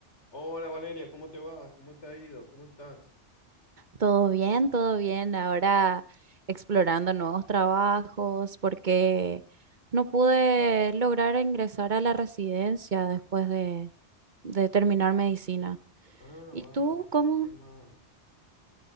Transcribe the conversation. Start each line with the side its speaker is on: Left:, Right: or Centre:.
Left: Hola Valeria, ¿cómo te va? ¿Cómo te ha ido? ¿Cómo estás?
Right: Todo bien, todo bien. Ahora explorando nuevos trabajos porque no pude lograr ingresar a la residencia después de, de terminar medicina.
Left: Ah,
Right: ¿Y
Left: vale,
Right: tú cómo?
Left: qué mal.